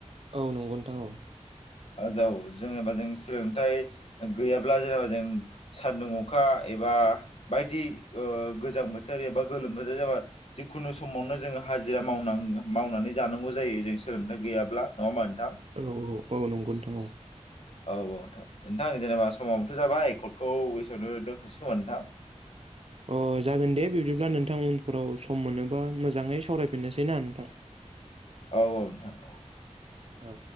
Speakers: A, on the right; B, on the left.
A: औ नंगौ नोंथां औ
B: आजाव जेनेबा जों सोलोंथाइ गैयाब्ला जेनेबा जों सान्दुं अखा एबा बायदि गोजां बोथोर एबा गोलोम बोथोर जाबा जिखुनु समावनो जोङो हाजिरा मावनां मावनानै जानांगौ जायो जों सोलोंथाइ गैयाब्ला नङा होमबा नोंथां
A: औ औ औ नंगौ नोंथां औ
B: औ नोंथां नोंथां जेनेबा समावबोथ' जाबाय फनखौ बेसमआवनो दोनथ'सै खोमा नोंथां <inaudible>
A: अ जागोन दे बिब्दिब्ला नोंथां उनफोराव सम मोनोबा मोजाङै सावरायफिननोसै ना नोंथां
B: औ औ नोंथां औ
A: औ